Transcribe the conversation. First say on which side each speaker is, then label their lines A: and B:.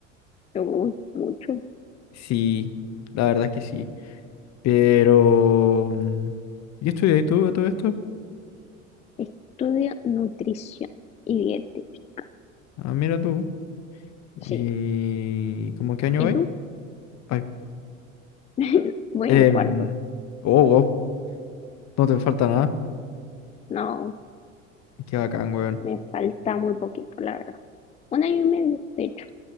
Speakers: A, on the left (about 20°); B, on the left (about 45°).
A: Uy, mucho.
B: Sí, la verdad es que sí. Pero... mm, ¿Y estudias tú a todo esto?
A: Estudio nutrición y dietética.
B: Ah, mira tú. ¿Y
A: Sí.
B: cómo en qué año
A: ¿Y
B: vais?
A: tú?
B: Ay.
A: <laughs> Voy
B: em,
A: en cuarto.
B: Oh, wow. No te falta nada.
A: No,
B: Qué bacán, weón.
A: me falta muy poquito, la verdad. Un año y medio, de hecho.